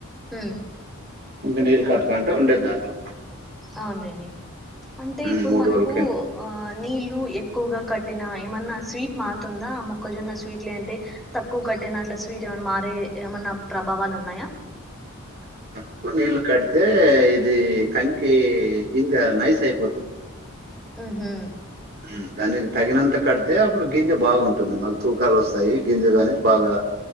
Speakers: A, in the centre; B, on the right (about 45°).
A: హు
B: ఇంకా నీళ్ళు <unintelligible> అంటే ఉండేది దాంట్లో
A: అవునండి అంటే
B: ఉమ్,
A: ఇప్పుడు
B: మూడు
A: మనకు
B: రోజులకి
A: ఆ నీళ్లు ఎక్కువగా కట్టిన ఏమన్నా స్వీట్ మారుతుందా ఆ మొక్కజొన్న స్వీట్లు అంటే తక్కువ నిన్న అట్ల స్వీట్ ఏమనా మారే ఏమన్నా ప్రభావాలు ఉన్నాయా.
B: <unintelligible> నీళ్ళు కడితే ఇది కంకి గింజ నైస్ అయిపోతుంది.
A: హు హు
B: <unintelligible> తగినంత కడితే అప్పుడు గింజ బాగుంటుంది మాకు తూకాలు వస్తాయి గింజ గాని బాగా